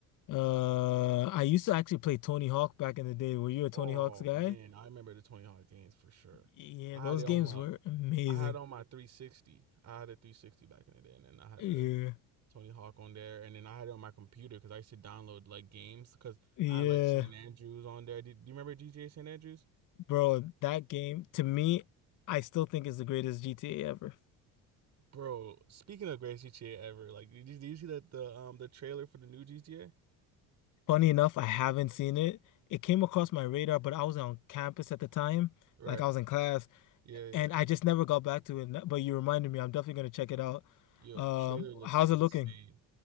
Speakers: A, on the left; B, on the right.
A: uh, I used to actually play Tony Hawk back in the day. Were you a Tony
B: Oh
A: Hawk's guy?
B: man, I remember the Tony Hawk games for sure.
A: Yeah,
B: I
A: those
B: had it
A: games
B: on my
A: were amazing.
B: I had on my 360. I had a 360 back in the day, and then I had
A: Yeah.
B: the Tony Hawk on there, and then I had it on my computer because I used to download like games because
A: Yeah.
B: I had like San Andrews on there. Do, do you remember GTA San Andrews,
A: Bro, that game to me, I still think is the greatest GTA ever.
B: bro? Speaking of greatest GTA ever, like did you, did you see that the um the trailer for the new GTA?
A: Funny enough, I haven't seen it. It came across my radar, but I was on campus at the time,
B: Right.
A: like I was in class,
B: Yeah, yeah.
A: and I just never got back to it. But you reminded me, I'm definitely gonna check it out.
B: Yo,
A: Um,
B: trailer looks
A: how's
B: insane.
A: it looking?